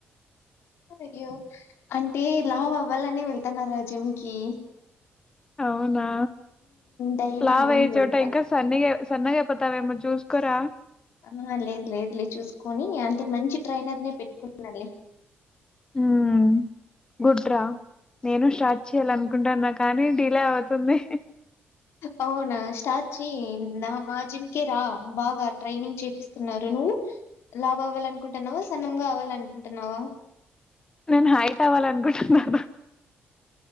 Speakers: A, on the left (about 75°); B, on the left (about 20°).
A: అయ్యో అంటే లావు అవ్వాలని వెళ్తన్నారు జిమ్ కి
B: అవు నా
A: డైలీ
B: లావు
A: ఈవినింగ్
B: అయ్యే
A: వెళ్తా.
B: చోట ఇంకా సన్నగా సన్నగా అయపోతావేమో చూసుకోరా
A: ఆ లేదు లేదు లేదు చూసుకొని అంటే మంచి ట్రైనర్ ని పెట్టుకున్నాలే
B: ఉమ్ గుడ్ రా నేను స్టార్ట్ చెయ్యాలి అనుకుంటున్నాను కానీ డిలే అవుతుంది
A: అవునా స్టార్ట్ చెయ్ నా మా జిమ్ కే రా బాగా ట్రైనింగ్ చేపిస్తున్నారు నువ్వు లావు అవ్వాలనుకుంటున్నావా సనమ్గా అవ్వాల అనుకుంటున్నావా
B: నేను హైట్ అవ్వాలనుకుంటునారా